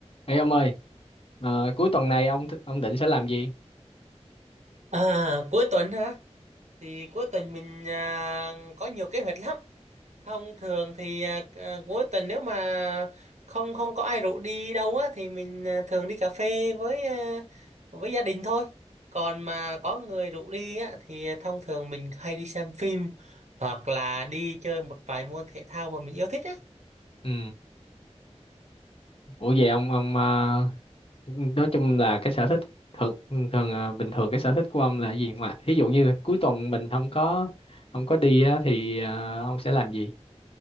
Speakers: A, on the left; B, on the right.
A: Ê ông ơi, ờ, cuối tuần này ông th- ông định sẽ làm gì?
B: À, cuối tuần hả? Thì cuối tuần mình à, có nhiều kế hoạch lắm. Thông thường thì à, à, cuối tuần nếu mà không không có ai rủ đi đâu á thì mình à, thường đi cà phê với à, với gia đình thôi. Còn mà có người rủ đi á thì thông thường mình hay đi xem phim hoặc là đi chơi một vài môn thể thao mà mình yêu thích á.
A: Ừ. Ủa vậy ông ông ờ, nói chung là cái sở thích thường thường ờ, bình thường cái sở thích của ông là gì mà ví dụ như là cuối tuần mình không có không có đi á, thì ờ, ông sẽ làm gì?